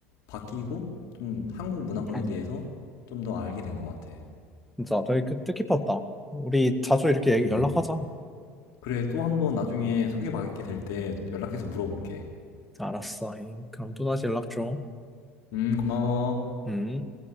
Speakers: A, on the left; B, in the centre.
A: 바뀌고 좀 한국 문화권에
B: 음.
A: 대해서 좀 더 알게 된 것 같아.
B: 진짜 되게 뜻- 뜻깊었다. 우리 자주 이렇게 얘기-
A: 음.
B: 연락하자.
A: 그래, 또 한번 나중에 소개받게 될 때 연락해서 물어볼게.
B: 알았어. 에이, 그럼 또 다시 연락 줘.
A: 음, 고마워.
B: 음.